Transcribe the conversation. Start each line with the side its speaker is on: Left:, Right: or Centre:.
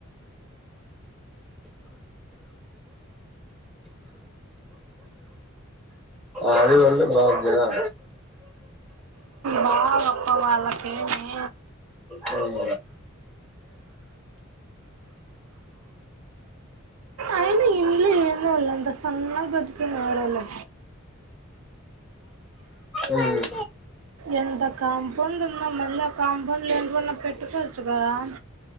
Centre: ఆది వాళ్ళు బాగుంది. గదా
Right: వావ్ అప్పా వాళ్ళకేమే
Centre: ఉమ్
Right: అయినా ఇల్లు ఏందో వాళ్లు అంతా సన్నగా గట్టుకున్నారు. వాళ్ళు
Centre: ఉమ్
Right: ఏంత కాంపౌండ్, ఉందో మళ్ళీ ఆ కాంపౌండ్ లో ఎంటివన్న పెట్టుకోవచ్చు గదాం.